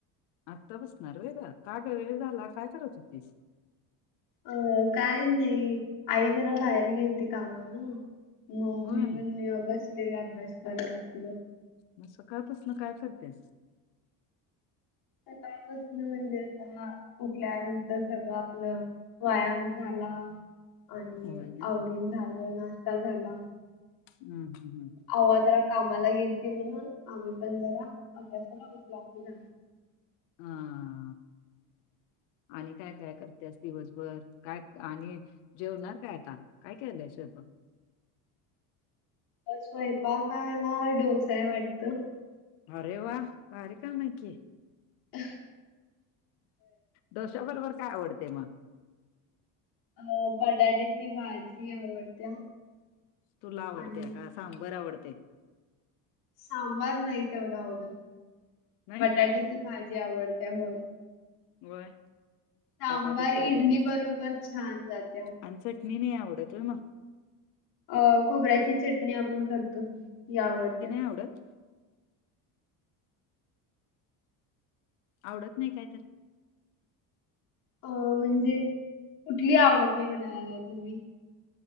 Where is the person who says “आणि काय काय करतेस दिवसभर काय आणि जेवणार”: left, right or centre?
Left